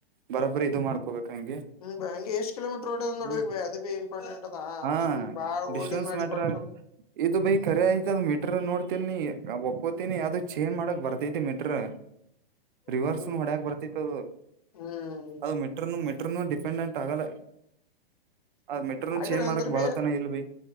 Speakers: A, on the right (about 55°); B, on the left (about 40°).
A: ಬರಬ್ರಿ ಇದು ಮಾಡ್ಕೋಬೇಕ ಹಂಗೆ
B: ಹ್ಮ ಹಂಗೆ ಎಷ್ಟ್ ಕಿಲೋಮೀಟರ್ ಓಡದ ನೋಡ್ಬೇಕ
A: ಹ್ಮ್
B: ಬ ಅದುಬಿ ಇಂಪಾರ್ಟೆಂಟ್ ಅದಾ
A: ಹಾ
B: ಸುಮ್ಮ ಬಾಳ
A: ಡಿಸ್ಟೆನ್ಸ್
B: ಓಡಿ ಮಾಡ
A: ಮ್ಯಾಟ್ರ
B: ಕೊಟ್ರ
A: ಆಗತ್ ಇದು ಬೈ ಖರಿ ಆಯ್ತ ಅದು ಮೀಟರ ನೋಡ್ತಿ ನೀ ಒಪ್ಪತೀನಿ
B: ಹ್ಮ್
A: ಅದು ಚೇಂಜ್ ಮಾಡಕ ಬರ್ತೈತಿ ಮೀಟ್ರ ರಿವರ್ಸ್
B: ಹ್ಮ್
A: ಹೊಡ್ಯಕ್ ಬರ್ತ
B: ಹ್ಮ್
A: ಅದು ಮೆಟ್ರನು ಮೆಟ್ರನು ಡಿಪೆಂಡೆಂಟ್ ಆಗಲ್ಲ ಅದ ಮೆಟ್ರನು
B: ಆಗಲ್ಲ
A: ಚೇಜ್ ಮಾಡಕ್
B: ಅಂದ್ರ ಬಿ
A: ಬಳತನ ಇಲ್ವಿ